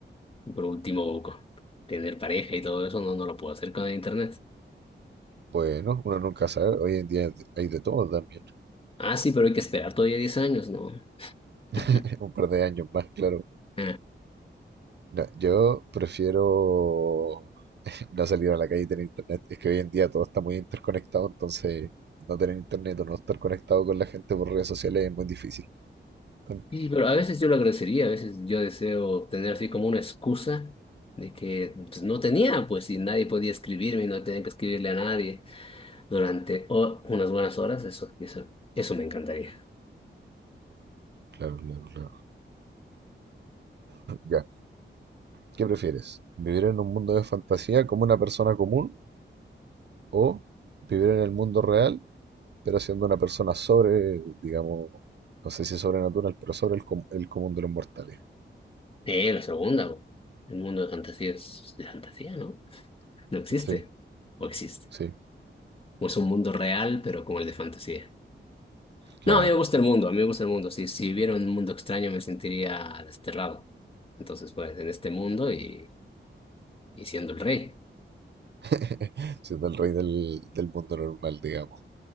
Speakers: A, on the left; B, on the right.
A: por último, co- tener pareja y todo eso, no, no lo puedo hacer con el internet.
B: Bueno, uno nunca sabe. Hoy en día hay de todo también.
A: Ah, sí, pero hay que esperar todavía 10 años, ¿no? <laughs>
B: <laughs> Un par de años más, claro.
A: Ah,
B: No, yo prefiero no salir a la calle y tener internet. Es que hoy en día todo está muy interconectado, entonces no tener internet o no estar conectado con la gente por redes sociales es muy difícil. Claro,
A: Sí, pero a veces yo lo agradecería, a veces yo deseo tener así como una excusa de que pues, no tenía, pues si nadie podía escribirme y no tenía que escribirle a nadie durante o- unas buenas horas, eso, eso, eso me encantaría.
B: claro, claro, claro. Ya. ¿Qué prefieres? ¿Vivir en un mundo de fantasía como una persona común o vivir en el mundo real, pero siendo una persona sobre, digamos, no sé si sobrenatural, pero sobre el, com- el común de los mortales?
A: Eh, la segunda, güey. El mundo de fantasía es de fantasía, ¿no? No existe.
B: Sí,
A: O existe.
B: sí,
A: O es un mundo real, pero como el de fantasía.
B: claro.
A: No, a mí me gusta el mundo, a mí me gusta el mundo. Si, si viviera un mundo extraño me sentiría desterrado. Entonces, pues, en este mundo y, y siendo el rey.
B: <laughs> Siendo el rey del, del mundo normal, digamos.